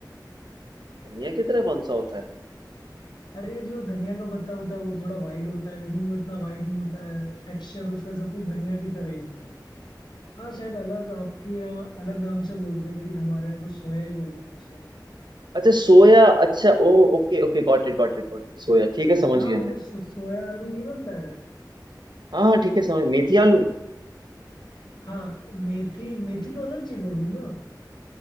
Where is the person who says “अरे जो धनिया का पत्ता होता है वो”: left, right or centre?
Left